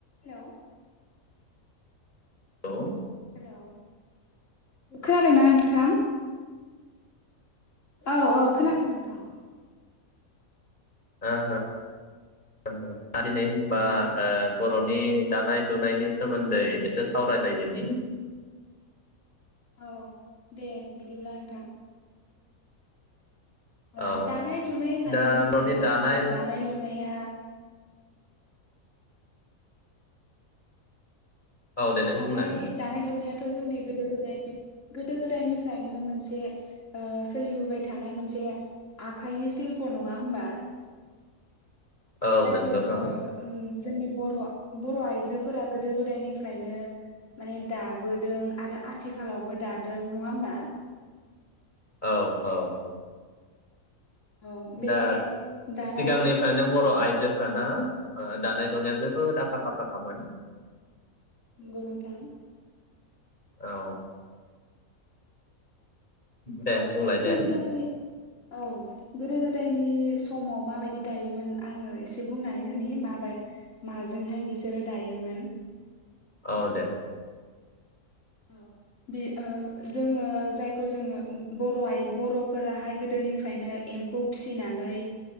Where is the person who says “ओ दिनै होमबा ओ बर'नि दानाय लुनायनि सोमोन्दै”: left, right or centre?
Left